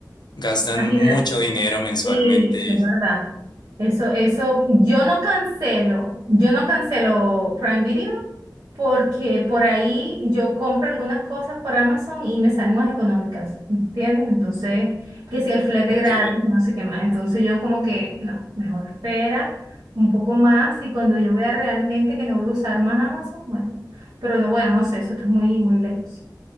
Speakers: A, on the left; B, on the right.
A: gastan
B: imagínate.
A: mucho dinero mensualmente.
B: Sí, es verdad. Eso, eso, yo no cancelo, yo no cancelo Prime Video porque por ahí yo compro algunas cosas por Amazon y me salen más económicas, ¿entiendes? Entonces, que si el flete
A: Ok.
B: gratis, no sé qué más. Entonces yo como que, no, mejor espera un poco más y cuando yo vea realmente que no voy a usar más Amazon, bueno, pero no, bueno, no sé, eso está muy, muy lejos.